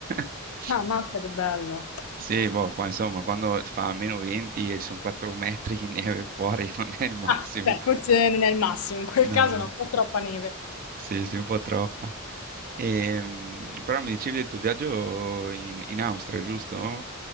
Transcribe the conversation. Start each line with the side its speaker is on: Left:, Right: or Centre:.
Right: <laughs>
Left: Ah, mazza, che bello.
Right: Sì, boh, qua insomma, quando fa meno 20 e ci sono 4 metri di neve fuori <laughs> non è il massimo.
Left: Ah, beh, forse non è il massimo, in quel
Right: No,
Left: caso
Right: no,
Left: no, fa troppa neve.
Right: sì, sì, un po' troppa. Ehm, però mi dicevi del tuo viaggio in, in Austria, giusto?